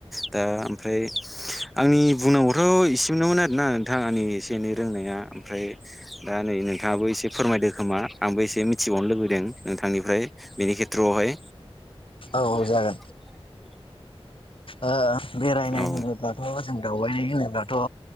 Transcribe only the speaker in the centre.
दा ओमफ्राय
आंनि बुंनांगौथ' इसेमोननोमोन आरोना नोंथां आंनि एसे एनै रोंनाया ओमफ्राय दा नै नोंथाङाबो एसे फोरमायदो खोमा आंबो एसे मिथिबावनो लुबैदों नोंथांनिफ्राय बिनि खेथ्रआवहाय
<unintelligible>
औ